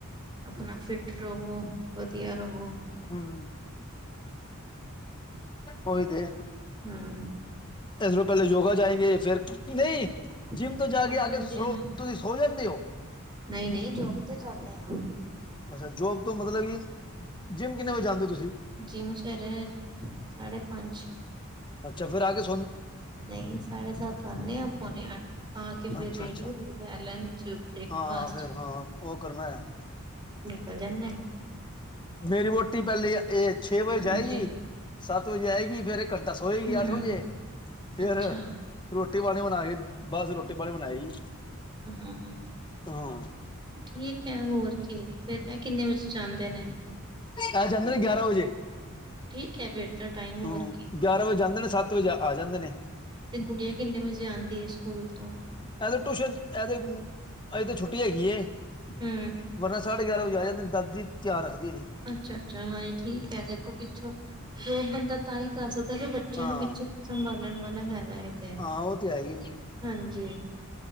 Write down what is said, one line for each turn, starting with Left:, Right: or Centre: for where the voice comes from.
Right: ਆਪਣਾ ਫਿਟ ਰਵੋ ਵਧਆ ਰਵੋ
Left: ਹਮ ਹੋਈਦੇ
Right: ਹਮ
Left: ਇਸ ਨੂੰ ਪਹਿਲੇ ਯੋਗਾ ਜਾਏਗੇ ਫੇਿਰ ਨਹੀਂ
Right: ਲੱਗ
Left: ਜਿੰਮ ਤੋਂ ਜਾ ਕੇ ਆ
Right: ਜਾਂਦੀਆਂ
Left: ਕੇ ਸੋ
Right: ਨੇ
Left: ਤੁਸੀਂ ਸੋ ਜਾਂਦੇ ਹੋ
Right: ਨਹੀਂ -ਨਹੀਂ ਜੋਬ ਤੇ ਜਾਂਦੇ ਆ।
Left: ਅੱਛਾ ਜੋਬ ਤੋਂ ਮਤਲਬ ਵੀ ਜਿੰਮ ਕਿੰਨੇ ਵਜੇ ਜਾਂਦੇ ਹੋ ਤੁਸੀਂ
Right: ਜਿੰਮ ਸਵੇਰੇ ਸਾਢੇ ਪੰਜ
Left: ਅੱਛਾ ਫਿਰ ਆਗੇ ਸਕੂ
Right: ਨਹੀਂ ਸਾਢੇ ਸੱਤ ਆਉਨੇ ਪੌਣੇ ਅੱਠ ਆ ਕੇ ਫੇਰ
Left: ਅੱਛਾ
Right: ਰੇਡੀ
Left: ਅੱਛਾ
Right: ਹੁੰਦਿਆ ਲੰਚ ਬ੍ਰੇਕਫਾਸਟ
Left: ਹਾਂ ਫਿਰ ਹਾਂ ਉਹ ਕਰਨਾ ਹੈ।
Right: ਚੱਲ ਜਾਂਦੇ ਨੇ।
Left: ਮੇਰੀ ਵੋਟੀ ਪਹਿਲੇ ਇਹ ਛੇ ਵਜੇ
Right: ਹਾਂਜੀ
Left: ਜਾਏਗੀ। ਸੱਤ ਵਜੇ ਆਏਗੀ। ਫੇਰ ਘੰਟਾ ਸੋਏਗੀ
Right: ਹੂੰ
Left: ਅੱਠ ਵਜੇ। ਫਿਰ
Right: ਅੱਛਾ
Left: ਰੋਟੀ ਪਾਣੀ ਬਨਾ ਕੇ ਬਾਦ ਚ ਰੋਟੀ ਪਾਣੀ ਬਣਾਏਗੀ।
Right: ਹੂੰ।
Left: ਹਾਂ।
Right: ਠੀਕ ਹੈ ਹੋਰ ਕੀ ਫਿਰ ਤਾਂ ਕਿੰਨੇ ਵਜੇ ਜਾਂਦੇ ਨੇ।
Left: ਆ ਜਾਂਦੇ ਨੇ ਗਿਆਰਾਂ ਵਜੇ
Right: ਠੀਕ ਹੈ ਫੇਰ ਤਾਂ ਟਾਈਮ
Left: ਹੂੰ
Right: ਹੋਰ ਕੀ
Left: ਗਿਆਰਾਂ ਵਜੇ ਜਾਂਦੇ ਨੇ ਸੱਤ ਵਜੇ ਆ ਜਾਂਦੇ ਨੇ।
Right: ਤੇ ਗੁੜੀਆ ਕਿੰਨੇ ਵਜੇ ਆਉਂਦੀ ਹੈ ਸਕੂਲ ਤੋਂ
Left: ਇਹਦੇ ਟਿਊਸ਼ਨ ਇਹਦੇ ਅਜ ਤਾਂ ਛੁੱਟੀ ਹੈਗੀ।
Right: ਹੂੰ
Left: ਵਰਨਾ ਸਾਢੇ ਗਿਆਰਾਂ ਵਜੇ ਆ ਜਾਂਦੇ ਦਾਦੀ ਧਿਆਨ ਰੱਖਦੀ ਏਦੀ।
Right: ਅੱਛਾ -ਅੱਛਾ ਹਾਂ ਈ ਠੀਕ ਹੈ ਦੇਖੋ ਪਿੱਛੋਂ ਜੋਬ ਬੰਦਾ ਤਾਂ ਹੀ ਕਰ ਸਕਦਾ ਬੱਚਿਆਂ
Left: ਹਾਂ
Right: ਨੂੰ ਪਿੱਛੇ ਸੰਭਾਲਣ ਵਾਲਾ ਹੈਗਾ ਤੇ
Left: ਹਾਂ ਉਹ ਤੇ ਹੈ ਹੀ ਏ
Right: ਹਾਂਜੀ।